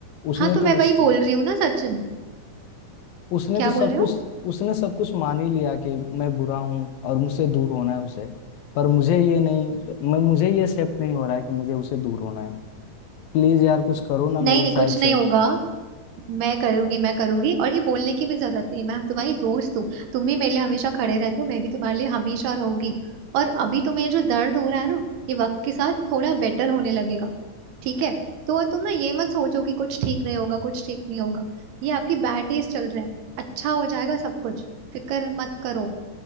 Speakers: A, on the left; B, on the right.
A: उसने
B: हाँ तो
A: तो
B: मैं वही
A: उस,
B: बोल रही हूँ ना सचिन
A: उसने
B: क्या
A: तो सब
B: बोल रहे
A: कुछ
B: हो
A: उसने सब कुछ मान ही लिया कि मैं बुरा हूँ और मुझसे दूर होना है उसे पर मुझे ये नहीं मैं मुझे ये एक्सेप्ट नहीं हो रहा है कि मुझे उसे दूर होना है प्लीज यार कुछ करो ना
B: नहीं
A: मेरे
B: नहीं
A: साइड
B: कुछ
A: से
B: नहीं होगा मैं करूंगी मैं करूंगी और ये बोलने की भी जरूरत नहीं है मैं तुम्हारी दोस्त हूँ तुम भी मेरे लिए हमेशा खड़े रहते हो मैं भी तुम्हारे लिए हमेशा रहूंगी और अभी तुम्हें जो दर्द हो रहा है ना ये वक्त के साथ थोड़ा बेटर होने लगेगा ठीक है तो तुम ना ये मत सोचो कि कुछ ठीक नहीं होगा कुछ ठीक नहीं होगा ये आपकी बैड डेज चल रहे हैं अच्छा हो जाएगा सब कुछ फिक्र मत करो